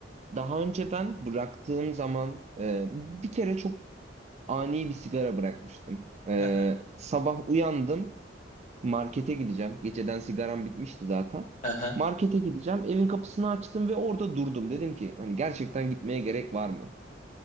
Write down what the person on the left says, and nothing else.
Hı hı,
hı hı,